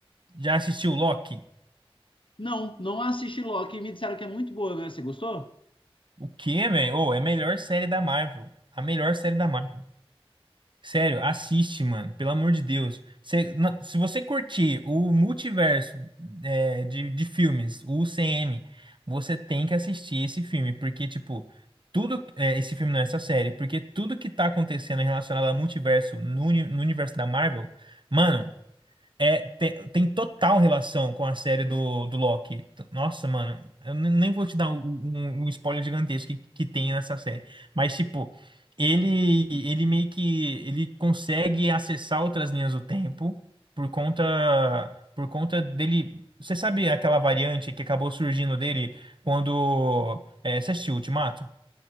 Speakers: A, on the right (about 55°); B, on the left (about 60°).
A: Já assistiu Loki?
B: Não, não assisti Loki e me disseram que é muito boa, né? Você gostou?
A: O quê, velho? Ô, é a melhor série da Marvel. A melhor série da Marvel. Sério, assiste, mano. Pelo amor de Deus. Cê- na- se você curtir o multiverso é, de, de filmes, o UCM, você tem que assistir esse filme. Porque, tipo, tudo. é, esse filme não é essa série. Porque tudo que tá acontecendo relacionado ao multiverso no, uni- no universo da Marvel, mano. É, tem, tem total relação com a série do, do Loki. Nossa, mano, eu ne- nem vou te dar um, um- um spoiler gigantesco que, que tem nessa série. Mas, tipo, ele, ele meio que ele consegue acessar outras linhas do tempo por conta, por conta dele. Você sabe aquela variante que acabou surgindo dele quando. É, você assistiu Ultimato?